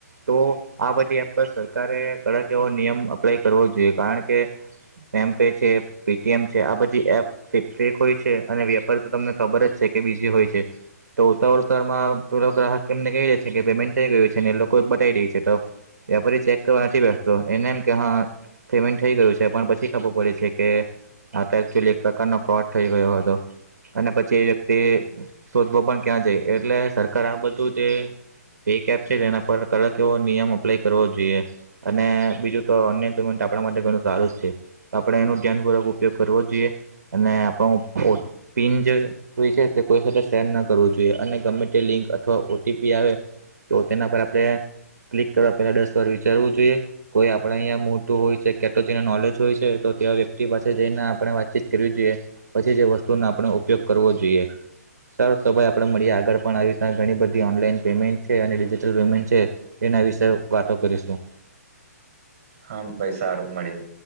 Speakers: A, on the right; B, on the right.
A: તો આ બધી એપ પર સરકારે કડક એવો નિયમ અપ્લાય કરવો જોઈએ કારણ કે ફેમ પે છે પે ટી એમ છે આ બધી એપ એ ફેક હોય છે અને વેપારી તો તમને ખબર જ છે કે બીજી હોય છે તો ઉતાવર ઉતાવરમાં પેલો ગ્રાહક એમને કેઈ દે છે કે પેમેન્ટ થેઈ ગયું છે ને એ લોકો બતાવી દેય છે તો વ્યાપારી ચેક કરવા નથી બેસતો એને એમ કે હં પેમેન્ટ થેઈ ગયું છે પણ પછી ખબર પડે છે કે આ તો એકચુલી પ્રકારનો ફ્રોડ થઈ ગયો હતો અને પછી એ વ્યક્તિ શોધવો પણ ક્યાં જાય એટલે સરકાર આ બધું જે પે કેપ છે એના પર કડક એવો નિયમ અપ્લાય કરવો જોઈએ અને બીજું તો અન્ય પેમેન્ટ આપણા માટે ઘણું સારું જ છે તો આપણે એનું ધ્યાનપૂર્વક ઉપયોગ કરવો જોઈએ અને આપણો ઓ પિન જે હોય છે તે કોઈ સાથે સેર ન કરવું જોઈએ અને ગમે તે લિંક અથવા ઓ ટી પી આવે તો તેના પર આપણે ક્લિક કરવા પેલા દસ વાર વિચારવું જોઈએ કોઈ આપણે અઈયા મોટું હોય છે કે તો જેને નોલેજ હોય છે તો તેવા વ્યક્તિ પાસે જઈને આપણે વાતચીત કરવી જોઈએ પછી જે વસ્તુનો આપણે ઉપયોગ કરવો જોઈએ સારુ તો ભાઈ આપણે મળીએ આગળ પણ આવી રીતના ઘણી બધી ઓનલાઈન પેમેન્ટ છે અને ડિજિટલ પેમેન્ટ છે એના વિશે વાટો કરીશું
B: હાં ભાઈ સારું મળીએ